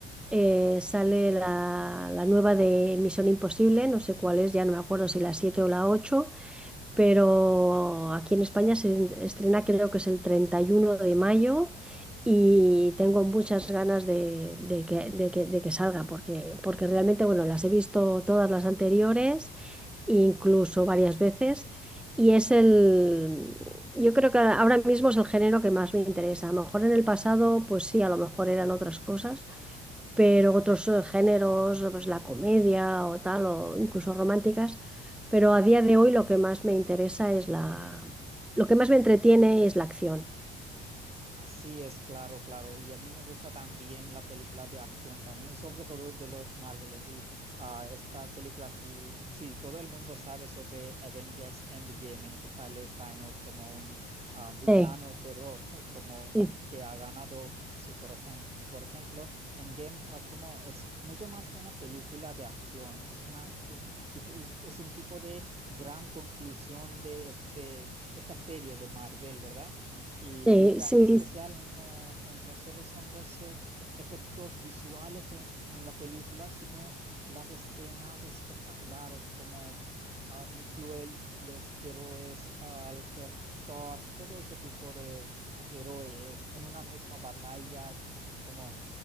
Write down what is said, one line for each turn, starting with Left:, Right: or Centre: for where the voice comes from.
Centre: eh, sale la, la nueva de Misión Imposible, no sé cuál es, ya no me acuerdo si la 7 o la 8, pero aquí en España se en- estrena creo que es el 31 de mayo y tengo muchas ganas de, de que, de que- de que salga, porque, porque realmente, bueno, las he visto todas las anteriores, incluso varias veces. Y es el, yo creo que ahora mismo es el género que más me interesa. A lo mejor en el pasado, pues sí, a lo mejor eran otras cosas, pero otros eh, géneros, pues la comedia o tal, o incluso románticas, pero a día de hoy lo que más me interesa es la, lo que más me entretiene es la acción.
Right: Así es, claro, claro. Y a mí me gusta también la película de acción también, sobre todo de los Marvels. Y ah, esta película sí, sí, todo el mundo sabe sobre Avengers Endgame, en que sale Thanos como un ah, villano,
Centre: Sí,
Right: pero <laughs> como
Centre: sí,
Right: que ha ganado su corazón. O, Por ejemplo, Endgame ah, como es mucho más que una película de acción, es una co- tipo, es un tipo de gran conclusión de este, esta serie de Marvel, ¿verdad? Y
Centre: sí,
Right: lo que
Centre: sí,
Right: hace especial no, no solo son los eh, efectos visuales en, en la película, sino las escenas espectaculares, como ah, incluye los héroes, Hulk, Thor, todo este tipo de ah, héroe en, en una misma batalla, como